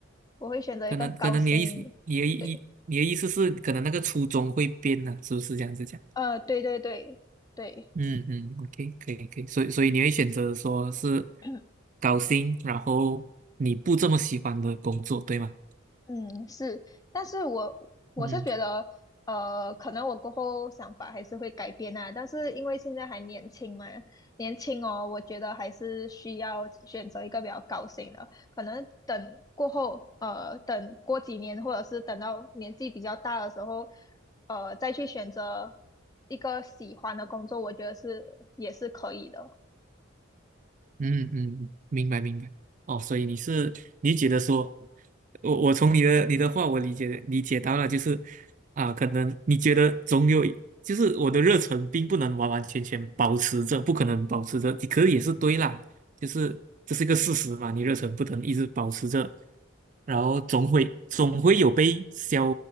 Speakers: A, on the left (about 20°); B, on the right (about 40°).
A: 我会选择一个高薪，
B: 可能可能你的意思，你的意你的意思是可能那个初衷会变呢、
A: 对，
B: 是不是这样子讲？
A: 呃，对对对对，
B: 嗯嗯，OK，可以可以，所以所以你会选择说是
A: <clears throat>
B: 高薪，然后你不这么喜欢的工作，对吗？
A: 嗯，是，但是我我是觉得，
B: 嗯。
A: 呃，可能我过后想法还是会改变啊，但是因为现在还年轻嘛，年轻哦，我觉得还是需要选择一个比较高薪的，可能等过后，呃，等过几年，或者是等到年纪比较大的时候，呃，再去选择一个喜欢的工作，我觉得是也是可以的。
B: 嗯嗯，明白明白。哦，所以你是你觉得说，我我从你的你的话我理解理解到了，就是啊，可能你觉得总有一就是我的热忱并不能完完全全保持着，不可能保持着，可是也是对啦，就是这是一个事实嘛，你热忱不能一直保持着，然后总会总会有被消